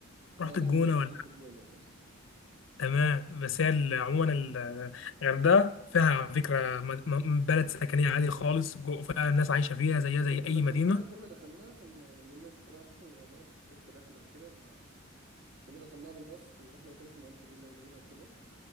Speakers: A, on the right; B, on the left.
A: لا
B: رحت
A: لا
B: الجونه
A: ما وصلتش للجونة بصراحة
B: تمام بس هي ال- عموما ال- الغردقه فيها على فكره مد- م- بلد سكنيه عادي خالص جو- فيها ناس عايشه فيها زيها زي
A: كنت
B: اي
A: دخلناها
B: مدينه
A: كنا دخلناها كان مع- لان انا كنت رايح اصلا الغردقه في وسط رحله وكده فكنا دخلناها بالباص كنا رحنا مكان اسمه الف ليله وليله وكده